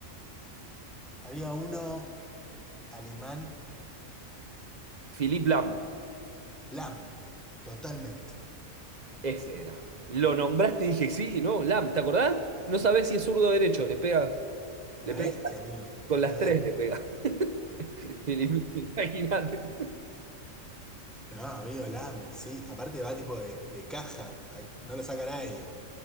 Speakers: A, in the centre; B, on the right (about 35°).
A: había uno alemán,
B: Philippe Lam,
A: Lam, totalmente.
B: ese era. Lo nombraste y dije, sí, no, Lam, ¿te acordás? No sabés si es zurdo o derecho, le pega, le
A: Una
B: pega
A: bestia, amigo.
B: con las
A: Una
B: tres,
A: bestia.
B: le pega. <laughs> Philippe, Imagínate.
A: No, amigo, Lam, sí, aparte va tipo de, de caja, ay, no lo saca nadie.